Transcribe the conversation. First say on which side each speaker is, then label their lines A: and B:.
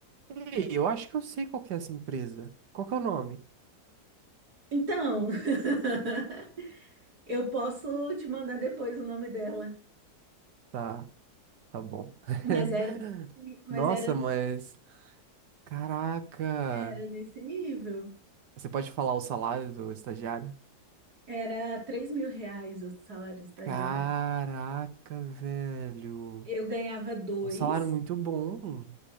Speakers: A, on the right; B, on the right.
A: ei, eu acho que eu sei qual que é essa empresa. Qual que é o nome?
B: então, <laughs> eu posso te mandar depois o nome dela.
A: Tá, tá bom. <laughs>
B: Mas era, desse- mas
A: Nossa,
B: era,
A: mas. Caraca.
B: era nesse nível.
A: Você pode falar o salário do estagiário?
B: Era três mil reais o salário de estagiário.
A: Caraca, velho.
B: Eu ganhava dois,
A: Um salário muito bom.